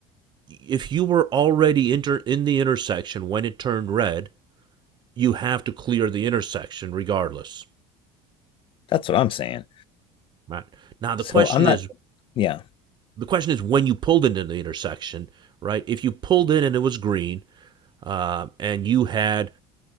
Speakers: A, on the right; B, on the left.
A: if you were already inter- in the intersection when it turned red, you have to clear the intersection regardless.
B: That's what I'm saying.
A: Right now,
B: So
A: the question
B: I'm not,
A: is
B: yeah.
A: the question is when you pulled into the intersection, right? If you pulled in and it was green, uh, and you had